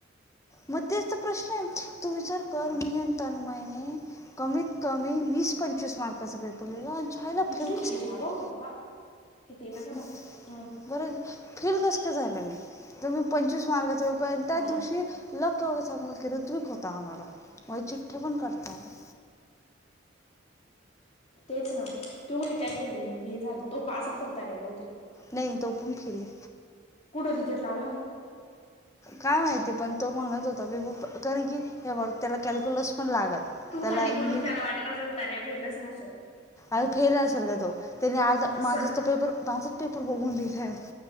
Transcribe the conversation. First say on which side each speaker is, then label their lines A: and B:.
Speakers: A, on the left; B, on the left.
A: मग तेच तर प्रश्न आहे तू विचार कर मी आणि तन्मयनी... कमीत कमी वीस पंचवीस मार्काचा पेपर लिहिला.... जायला फेल
B: इथली
A: कसं
B: लाईट
A: केलं
B: लावा पप्पा हे ते नका
A: मग
B: लाव ह....
A: बरं फील कस का झालं मी तुम्ही पंचवीस मार्काच पेपर त्याच
B: हा
A: दिवशी ल... वढं सांगण की ऋत्विक होता. आम्हाला मग चिठ पण करता आले.
B: तेच ना तू म्हन काहीतरी म हे झालं तो पास असेल तर नाही बहुतेक....
A: नइ तो पण फिली
B: कुठं रिझल्ट लागला का?
A: काय माहिती पण तो म्हणत होता <unintelligible> कारण की हे बघ त्याला कॅल्क्युलस पण लागल.
B: तू
A: त्याला
B: झाली
A: इंग्लिश
B: म्हणून त्याला वाटत असेल त्याने फेलच नसल.
A: अर फेल असल ग तो, त्याने आज
B: नसल.
A: माझ त पेपर माझाच पेपर बघून दिलाय.